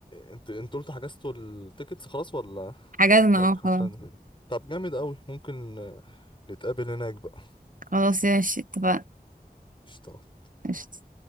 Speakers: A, on the left; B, on the right.
A: انت انتوا قلتوا حجزتوا التيكتس خلاص ولا
B: حجزنا
A: بتاعت الحفلة
B: اه خلاص
A: دي؟ طب جامد أوي ممكن آه، نتقابل هناك بقى
B: خلاص يا ماشي اتفقنا
A: قشطة
B: قشطة.